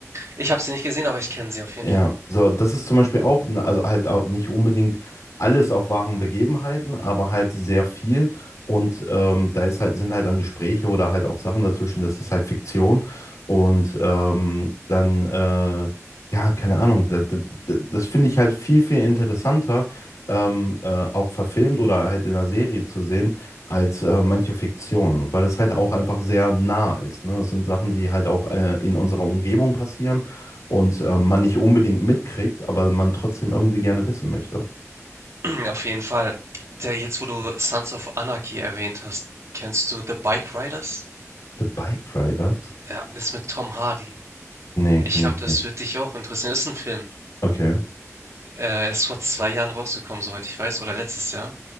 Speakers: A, on the right; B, on the left.
A: ich habe sie nicht gesehen, aber ich kenne sie auf jeden
B: Ja,
A: Fall.
B: so, das ist zum Beispiel auch, ne, also halt auch nicht unbedingt alles auf wahren Begebenheiten, aber halt sehr viel. Und ähm, da ist halt, sind halt dann Gespräche oder halt auch Sachen dazwischen, das ist halt Fiktion. Und ähm, dann, äh, ja, keine Ahnung, da, da, da, das finde ich halt viel, viel interessanter, ähm, äh, auch verfilmt oder halt in einer Serie zu sehen, als äh, manche Fiktion, weil es halt auch einfach sehr nah ist. Ne? Das sind Sachen, die halt auch äh, in unserer Umgebung passieren und äh, man nicht unbedingt mitkriegt, aber man trotzdem irgendwie gerne wissen möchte.
A: <clears throat> Auf jeden Fall. Der, jetzt, wo du Sons of Anarchy erwähnt hast, kennst du The Bike Riders?
B: The Bike Riders?
A: Ja, ist mit Tom Hardy.
B: Nee,
A: Ich
B: kenne
A: glaube,
B: ich nicht.
A: das wird dich auch interessieren. Ist ein Film.
B: Okay,
A: Äh, ist vor 2 Jahren rausgekommen, soweit ich weiß, oder letztes Jahr.